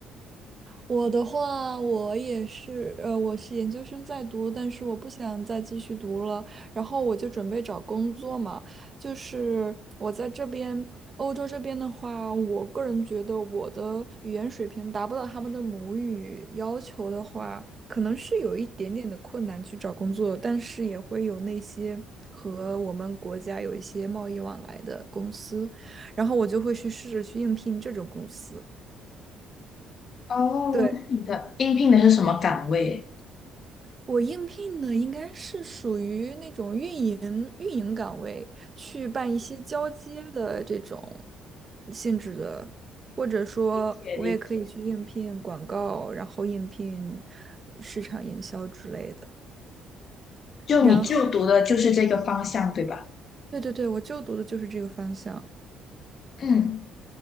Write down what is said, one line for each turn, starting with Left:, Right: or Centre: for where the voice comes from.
Right: 我的话，我也是，呃，我是研究生在读，但是我不想再继续读了，然后我就准备找工作嘛。就是我在这边，欧洲这边的话，我个人觉得我的语言水平达不到他们的母语要求的话，可能是有一点点的困难去找工作，但是也会有那些和我们国家有一些贸易往来的公司，然后我就会去试着去应聘这种公司。
Left: 哦，
Right: 对。
Left: 那你的应聘的是什么岗位？
Right: 我应聘的应该是属于那种运营运营岗位，去办一些交接的这种性质的，或者说我也可以去应聘广告，
Left: 理解理解。
Right: 然后应聘市场营销之类的。
Left: 就你就读的就是这个方向，
Right: 然后，
Left: 对吧？
Right: 对对对，我就读的就是这个方向。
Left: 嗯，